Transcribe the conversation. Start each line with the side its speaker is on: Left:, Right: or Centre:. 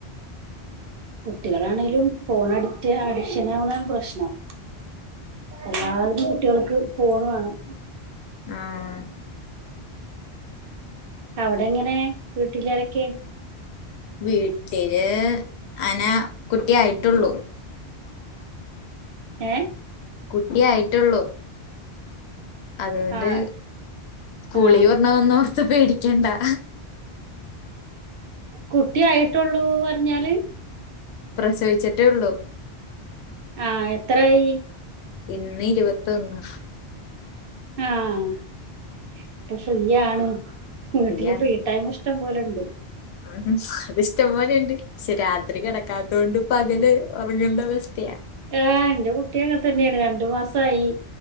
Right: കുട്ടികളാണെലും ഫോൺ അഡിക്റ്റ് അഡിക്ഷനാവ്ണാണ് പ്രശ്നം എല്ലായ്നും കുട്ട്യേൾക് ഫോണ് വേണം
Left: ആഹ്
Right: അവിടങ്ങനെ വീട്ടിലാരെക്കെ
Left: വീട്ടില് അന കുട്ടിയായിട്ടൊള്ളു
Right: ഏ
Left: കുട്ടിയായിട്ടുള്ളൂ അതുകൊണ്ട്
Right: ആ
Left: കൂളീ
Right: ആ
Left: വെർണോന്നോർ ത്ത് പേടിക്കണ്ടാ
Right: കുട്ടിയായിട്ടൊള്ളൂ പർഞ്ഞാല്
Left: പ്രസവിച്ചിട്ടേ ഒള്ളൂ
Right: ആഹ് എത്രായി
Left: ഇന്ന് ഇരുപത്തൊന്ന്
Right: ആഹ് ഇപ്പൊ ഫ്രീയാണ് വീട്ടില്
Left: ഫ്രീയാണ്
Right: ഫ്രീ ടൈം ഇഷ്ടം പോലെണ്ട്
Left: ഉം അത് ഇഷ്ടംപോലെണ്ട് ക്ഷെ രാത്രി കെടക്കാത്തോണ്ട് പകല് ഒറങ്ങേണ്ട അവസ്ഥയാ
Right: ഏ ന്റെകുട്ടി ഓക്കതന്നെണ് രണ്ടു മാസായി